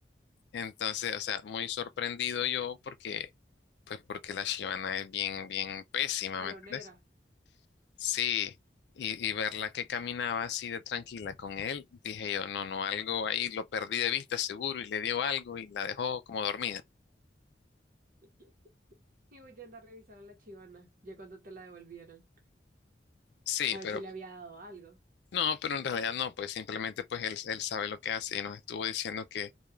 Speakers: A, on the left (about 70°); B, on the right (about 50°).
A: Entonces, o sea, muy sorprendido yo porque, pues porque la Shibana es bien, bien pésima,
B: Jalonera.
A: ¿me entiendes? Sí, y, y verla que caminaba así de tranquila con él, dije yo, no, no, algo ahí lo perdí de vista seguro y le dio algo y la dejó como dormida.
B: <laughs> Y voy a andar a revisar a la chivana, ya cuando te la devolvieran,
A: Sí,
B: a ver
A: pero
B: si le había dado algo.
A: no, pero en realidad no, pues simplemente pues él, él sabe lo que hace y nos estuvo diciendo que,